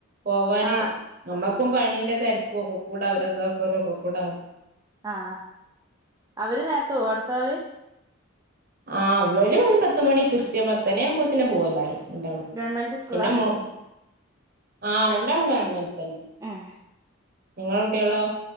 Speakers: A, on the right (about 45°); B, on the right (about 15°).
A: പോവാന്
B: ആ
A: നമ്മക്കും പണീന്റെ തെര ഒക്കെ കൂടാവിട ഒക്കെ കൂട
B: ആഹ് അവര് നേരത്ത പോ അടുത്ത <unintelligible>
A: ആഹ് അവര് ഒരു പത്ത് മണി കൃത്യം പത്തുമണി ആവുമ്പോത്തേന് പോവുല്ലാരും. <unintelligible>
B: ഗവൺമെന്റ് സ്കൂളാ
A: പിന്നെ മോ ആഹ് രണ്ടാളും കാണു <unintelligible> അടുത്ത് തന്നെ
B: ഉം
A: നിങ്ങള കുട്ടികളോ